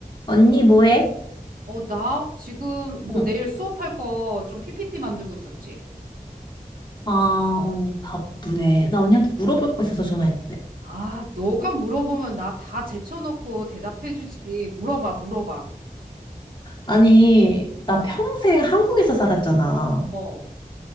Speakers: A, on the left (about 30°); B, on the right (about 75°).
A: 언니 뭐해?
B: 어, 나 지금 뭐
A: 응.
B: 내일 수업할 거 좀 PPT 만들고 있었지.
A: 아, 언니 바쁘네. 나 언니한테 물어볼 거 있어서 전화했는데.
B: 아, 너가 물어보면 나 다 제쳐놓고 대답해주지. 물어봐, 물어봐.
A: 아니, 나
B: 응,
A: 평생 한국에서 살았잖아.
B: 어,